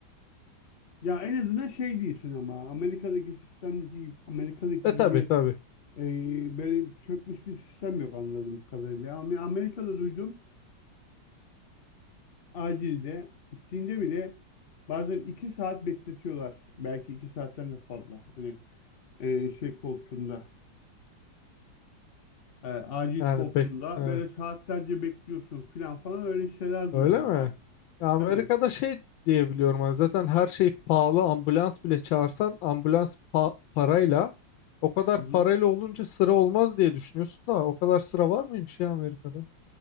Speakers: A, on the left; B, on the left.
A: Ya en azından şey değilsin ama Amerika'daki sistemdeki gibi, Amerika'daki
B: E
A: gibi
B: tabi tabi
A: e, böyle çökmüş bir sistem yok anladığım kadarıyla. Ama Amerika'da duydum acilde gittiğinde bile bazen iki saat bekletiyorlar. Belki iki saatten de fazla. Hani e, şey koltuğunda e, acil
B: Yani
A: koltuğunda
B: bek e,
A: böyle saatlerce bekliyorsun filan falan öyle şeyler
B: öyle
A: duydum
B: mi?
A: yani.
B: Ya Amerika'da
A: Tabii.
B: şey diyebiliyorum hani zaten her şey pahalı. Ambulans bile çağırsan ambulans pa- parayla o kadar
A: Hı hı.
B: parayla olunca sıra olmaz diye düşünüyorsun da o kadar sıra var mıymış ya Amerika'da?